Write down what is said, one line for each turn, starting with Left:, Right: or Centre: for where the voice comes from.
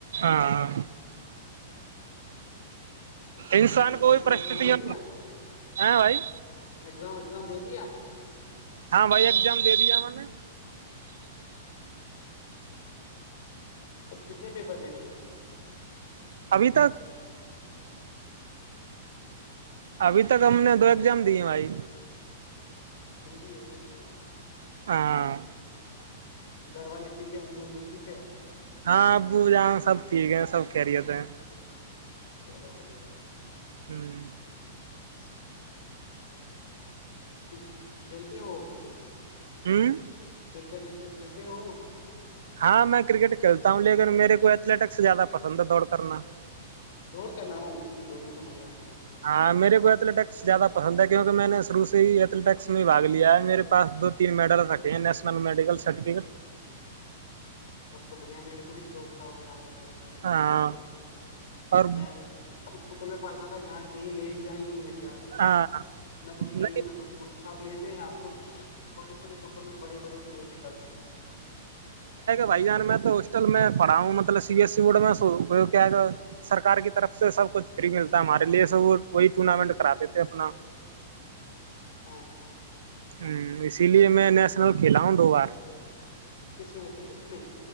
Right: ہاں انسان
Left: اور سنا
Right: کوئی
Left: ایگزام
Right: پرستستتی
Left: وگزام دے
Right: ہے
Left: دیا
Right: بھائی
Left: ایگزام وگزام دے دیا
Right: ہاں بھائی اگزام دے دیا میں نے
Left: کتنے پیپر دے دیے
Right: ابھی تک ابھی تک ہم نے دو ایگزام دیے بھائی
Left: دیدی ہے اور سناؤیک
Right: ہاں
Left: گھر والے ٹھیک ہے امی ابو ٹھیک ہے
Right: ہاں ابو جان سب ٹھیک ہیں سب خریت ہیں
Left: چلو بڑھیا ہے
Right: ہوں
Left: ج کچھ کھیلتے ہو
Right: ہوں
Left: کرکٹ ورکٹ کھیلتے ہو
Right: ہاں میں کرکٹ کھیلتا ہوں لیکن میرے کو ایتھلیٹکس زیادہ پسند چند دوڑ کرنا
Left: دوڑ کر نہ ہو اس میں دوڑنے میں تو مزہ ہے
Right: ہاں میرے کو ایس زیادہ پسند ہے کیونکہ میں نے شروع سے ہی ایتھٹکس میں باگ لیا ہے میرے پاس دو تین میڈل رکھے ہیں نیشنل میڈیکل سرٹیفکٹ
Left: سب تو بڑھیا میرے کو بھی شوق تھا وہ لانے کا لیکن میں
Right: ہاں
Left: ک ہی نہیں سنا
Right: اور
Left: میں اس اسکول میں پڑھتا تھا جہاں کہیں لے کیا ہی نہیں جاتے تھے
Right: ہاں
Left: نہ تو
Right: نہیں
Left: کھیلے
Right: ہاں
Left: نہ تو کوچ آپ لیٹ ہیں آپ کو چوٹے چھوٹے س اسکول میں بڑے بڑے پلیئر نکلتے ہیں
Right: بائی جان میں تو ہوسٹل میں پڑھا ہوں مطلب سی بی ایس س بورڈ میں کیا سرکار کی طرف سے سب کچھ فری ملتا ہے ہمارے لیے س وہ وہی ٹورنامنٹ کراتے تھے اپنا
Left: ہاں ہاں
Right: ہ اسی لیے میں نیشنل کھیلا ہوں دو بار
Left: کس میں ایتھلیٹکس میں